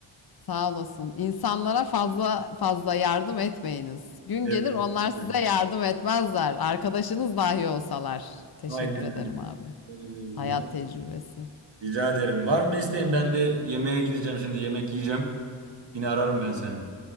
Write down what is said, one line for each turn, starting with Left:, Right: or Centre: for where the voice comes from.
Left: Sağ olasın. İnsanlara fazla fazla yardım etmeyiniz. Gün
Right: Evet,
Left: gelir onlar size
Right: evet.
Left: yardım etmezler. Arkadaşınız dahi olsalar. Teşekkür
Right: Aynen
Left: ederim
Right: öyle.
Left: abi.
Right: Aynen öyle.
Left: Hayat
Right: Rica,
Left: tecrübesi.
Right: rica ederim. Var mı bir isteğin? Ben bir yemeğe gideceğim şimdi. Yemek yiyeceğim. Yine ararım ben seni.